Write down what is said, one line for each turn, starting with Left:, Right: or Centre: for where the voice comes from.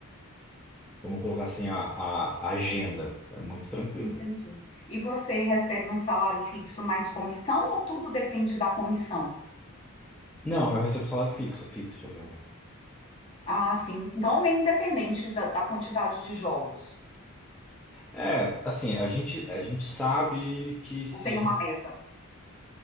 Centre: vamos colocar assim, a, a- a agenda. É muito tranquilo.
Left: Entendi. E você recebe um salário fixo mais comissão ou tudo depende da comissão?
Centre: Não, eu recebo salário fixo, é fixo, meu.
Left: Ah, sim. Então é independente da da quantidade de jogos.
Centre: É, assim, a gente, a gente sabe que se
Left: Eu tenho uma meta,